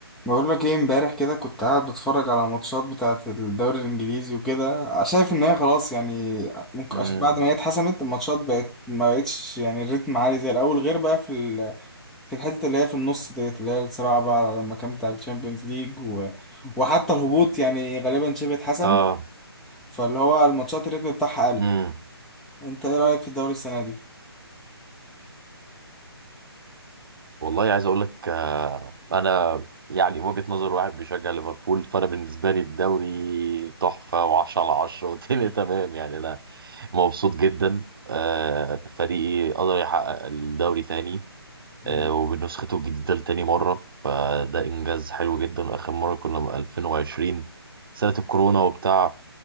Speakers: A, in the centre; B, on the right (about 60°).
A: بقول لك ايه امبارح كده كنت قاعد بتفرج على ماتشات بتاعة الدوري الانجليزي وكده شايف ان هي خلاص يعني ممكن
B: امم
A: عشان بعد ما هي اتحسمت الماتشات بقت ما بقتش يعني الريتم عالي زي الاول غير بقى في ال... في الحتة اللي هي في النص ديت اللي هي الصراع بقى على المكان بتاع الشامبيونز ليج و... وحتى الهبوط يعني غالبا شبه اتحسم
B: اه
A: فاللي هو الماتشات الريتم بتاعها قل
B: امم
A: انت ايه رأيك في الدوري السنة دي؟
B: والله عايز اقول لك آه انا يعني وجهة نظر واحد بيشجع ليفربول فانا بالنسبه لي الدوري تحفه و10 على 10 والدنيا
A: <laughs> مهم.
B: تمام يعني انا مبسوط جدا آه فريقي قدر يحقق الدوري تاني
A: مهم.
B: آه وبنسخته الجديده لتاني مره فده انجاز حلو جدا واخر مره كنا من 2020 سنه الكورونا وبتاع